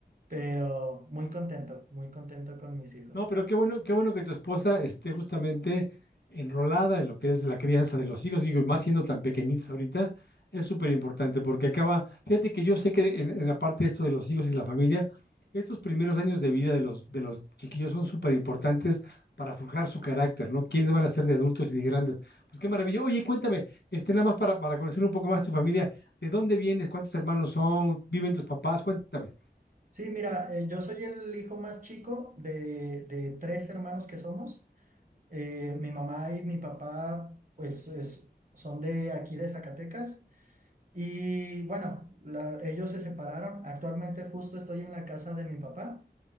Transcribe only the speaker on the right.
pero muy contento, muy contento con mis hijos.
Sí, mira, eh, yo soy el hijo más chico de, de tres hermanos que somos. Eh, mi mamá y mi papá, pues, es- son de aquí de Zacatecas. Y bueno, la- ellos se separaron. Actualmente justo estoy en la casa de mi papá.